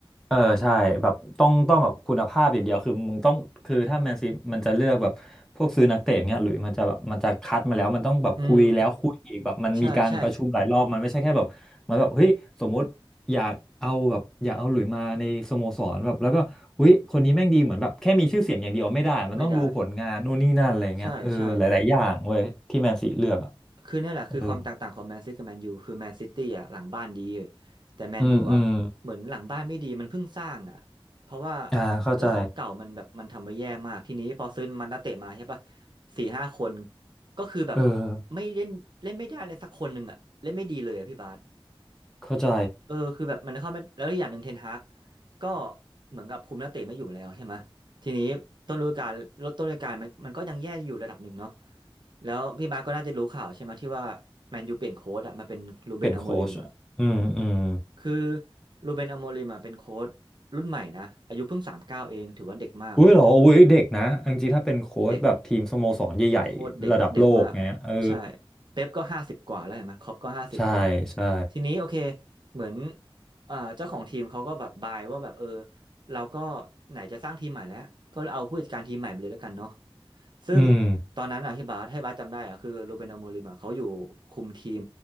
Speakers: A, in the centre; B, on the right.
A: เออใช่แบบต้องต้องแบบคุณภาพอย่างเดียวคือมึงต้องคือถ้าแมนซีมันจะเลือกแบบพวกซื้อนักเตะอย่างเงี้ยหรือมันจะแบบมันจะคัดมาแล้วมันต้องแบบคุยแล้วคุยอีกแบบมันมีการประชุมหลายรอบมันไม่ใช่แค่แบบมันแบบเฮ้ยสมมุติอยากเอาแบบอยากเอาหลุยมาในสโมสรแบบแล้วก็อุ้ยคนนี้แม่งดีเหมือนแบบแค่มีชื่อเสียงอย่างเดียวไม่ได้มันต้องดูผลงานนู่นนี่นั่นอะไรเงี้ยเออหลายๆอย่างเว้ยที่แมนซีเลือกอ่ะ
B: อืมใช่ใช่ไม่ได้ใช่ใช่ คือเนี่ยแหละคือความแตกต่างของแมนซิตี้กับแมนยูคือแมนซิตี้อ่ะหลังบ้านดี
A: เออ
B: แต่แมนยูอ่ะเหมือนหลังบ้านไม่ดีมันเพิ่งสร้างอ่ะเพราะว่า
A: อืมอืมอ่าเข้าใจ
B: เจ้าของเก่ามันแบบมันทำไว้แย่มากทีนี้พอซื้อมันนักเตะมาใช่ปะสี่ห้าคนก็คือแบบ
A: เออ
B: ไม่เล่นเล่นไม่ได้เลยสักคนหนึ่งอ่ะเล่นไม่ดีเลยอ่ะพี่บาส
A: เข้าใจ
B: เออคือแบบมันเข้าไม่แล้วอีกอย่างหนึ่งเทนฮากก็เหมือนกับคุมนักเตะไม่อยู่แล้วใช่ไหมทีนี้ต้นฤดูกาลลดต้นฤดูกาลมันมันก็ยังแย่อยู่ระดับหนึ่งเนาะแล้วพี่บาสก็น่าจะรู้ข่าวใช่ไหมที่ว่าแมนยูเปลี่ยนโค้ชอะมาเป็นรูเบนอโมริมอะ
A: เป็นโค้ชอะอืมอืม
B: คือรูเบนอโมริมอะเป็นโค้ชรุ่นใหม่นะอายุเพิ่งสามเก้าเองถือว่าเด็กมากถ้า
A: อุ้ยเหรออุ้ยเด็กนะอองจริงถ้าเป็นโค้ชแบบทีมสโมสรใหญ่ๆระดับโลกเงี้ยเออ
B: เด็ก โคตรเด็กเด็กมากใช่เป๊ปก็ห้าสิบกว่าแล้วเห็นไหมคล็อปก็ห้าสิบกว่า
A: ใช่ใช่
B: ทีนี้โอเคเหมือนอ่าเจ้าของทีมเขาก็แบบบายว่าแบบเออเราก็ไหนจะสร้างทีมใหม่แล้วก็เอาผู้จัดการทีมใหม่ไปเลยแล้วกันเนาะซึ่ง
A: อืม
B: ตอนนั้นอ่ะให้บาสให้บาสจำได้อ่ะคือโรเบนอโมริมอ่ะเขาอยู่คุมทีม